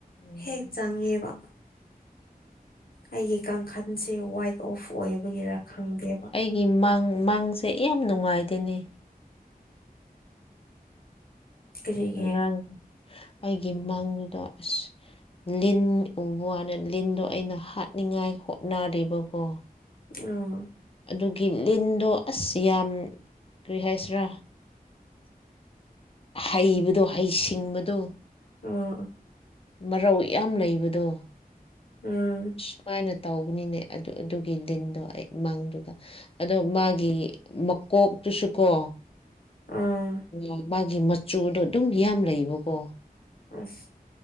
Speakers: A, on the left; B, on the left.
A: ꯎꯝ
B: ꯍꯦꯛ ꯆꯪꯉꯦꯕ ꯑꯩꯒꯤ ꯀꯥꯡꯈꯟꯁꯦ ꯋꯥꯏꯠ ꯑꯣꯐ ꯑꯣꯏꯕꯒꯤꯔ ꯈꯪꯗꯦꯕꯥ
A: ꯒꯤ ꯃꯪ ꯃꯪꯁꯦ ꯌꯥꯝ ꯅꯨꯡꯉꯥꯏꯇ‌ꯦꯅꯦ
B: ꯀꯔꯤꯒꯤ
A: ꯉꯔꯥꯡ ꯑꯩꯒꯤ ꯃꯪꯗꯥ ꯑꯁ ꯂꯤꯟ ꯎꯕ ꯋꯥꯅ‌ꯦ ꯂꯤꯟꯗꯣ ꯑꯩꯅ ꯍꯥꯠꯅꯤꯡꯉꯥꯏ ꯍꯣꯠꯅꯔꯤꯕꯀꯣ
B: ꯑꯣ
A: ꯑꯗꯨꯒꯤ ꯂꯤꯟꯗꯣ ꯑꯁ ꯌꯥꯝ ꯀꯔꯤ ꯍꯥꯏꯁꯤꯔꯥ ꯍꯩꯕꯗꯣ ꯍꯩꯁꯤꯡꯕꯗꯣ
B: ꯑꯥ
A: ꯃꯔꯧ ꯌꯥꯝ ꯂꯩꯕꯗꯣ
B: ꯑꯥ
A: ꯁꯨꯃꯥꯏꯅ ꯇꯧꯕꯅꯤꯅꯦ ꯑꯗꯨ ꯑꯗꯨꯒꯤ ꯂꯤꯟꯗꯣ ꯑꯩ ꯃꯪꯗꯨꯗꯥ ꯑꯗꯣ ꯃꯥꯒꯤ ꯃꯀꯣꯛꯇꯨꯁꯨ ꯀꯣ
B: ꯎꯝ
A: ꯃꯥ ꯃꯥꯒꯤ ꯃꯆꯨꯗꯣ ꯑꯗꯨꯝ ꯌꯥꯝ ꯂꯩꯕꯀꯣ
B: ꯑꯁ